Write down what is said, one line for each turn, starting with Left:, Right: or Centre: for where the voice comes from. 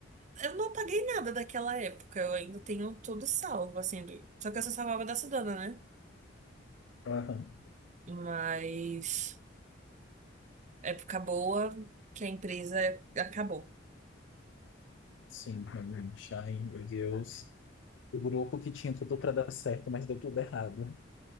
Right: Eu não apaguei nada daquela época. Eu ainda tenho tudo salvo, assim. do- Só que eu só salvava da Sudana, né?
Left: Aham.
Right: Mas. época boa que a empresa acabou.
Left: Sim, realmente. Ai, meu Deus. O grupo que tinha tudo pra dar certo, mas deu tudo errado.